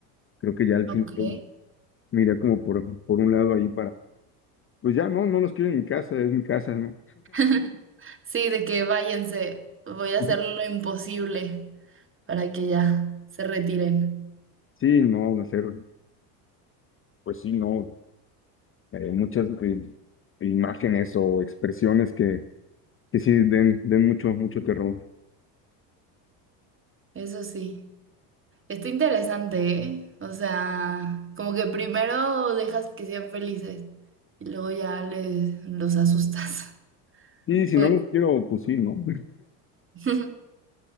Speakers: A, on the left; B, on the right.
A: creo que ya al final
B: ok.
A: mira como por, por un lado ahí pues ya no, no los quiero en mi casa, es mi casa, ¿no?
B: <laughs> Sí, de que váyanse, voy a
A: <laughs>
B: hacer lo imposible. para que ya se retiren.
A: Sí, no, hacer, pues sí, no, eh, muchas eh, imágenes o expresiones que, que sí den, den mucho, mucho terror.
B: Eso sí, está interesante, ¿eh? O sea, como que primero dejas que sean felices y luego ya les los asustas.
A: Y si
B: Pues
A: no lo quiero, pues sí, ¿no?
B: <laughs>